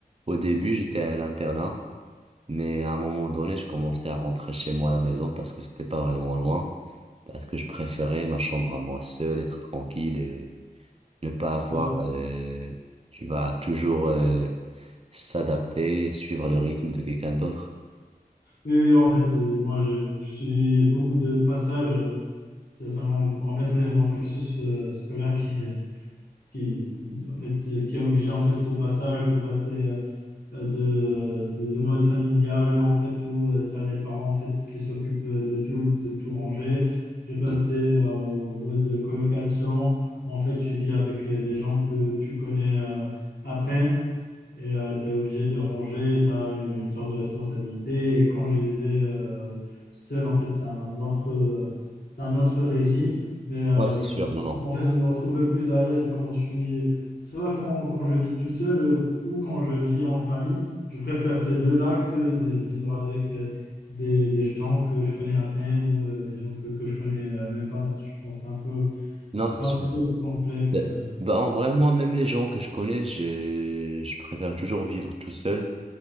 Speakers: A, on the right; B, on the left.
A: au début, j'étais à l'internat, mais à un moment donné, je commençais à rentrer chez moi à la maison parce que c'était pas vraiment loin, parce que je préférais ma chambre à moi seule, être tranquille et ne pas avoir,
B: Oui,
A: euh, tu vas toujours euh, s'adapter, suivre le rythme de quelqu'un d'autre.
B: oui, oui, en fait, euh, moi, j'ai j'ai suivi beaucoup de passages. C'est ça mon- en fait, c'est mon cursus euh, scolaire qui, qui, en fait, qui a obligé en fait, ce passage de passer euh, euh, de, de, de mode familial, en fait, où tu as les parents en fait, qui s'occupent euh, de tout, de tout ranger. J'ai passé
A: Mhm.
B: euh, au mode colocation, où en fait, tu vis avec euh, des gens que tu connais euh, à peine et tu es obligé de ranger, tu as une sorte de responsabilité. Et quand je vivais euh, seul, en fait, c'est un autre, euh, c'est un autre régime, mais euh,
A: Ouais, c'est
B: je,
A: sûr,
B: me-
A: non, non.
B: en fait, je me retrouvais plus à l'aise quand je suis, soit quand, quand je vis tout seul euh, ou quand je vis en famille. Je préfère ces deux-là que de vivre avec euh, des, des gens que je connais à peine ou euh, des gens que, que je connais euh, même pas. Je pense que c'est un peu,
A: Non, c'est
B: c'est
A: sûr.
B: un peu complexe.
A: Ben-
B: euh.
A: Bah, en vrai, moi, même les gens que je connais, je, je préfère toujours vivre tout seul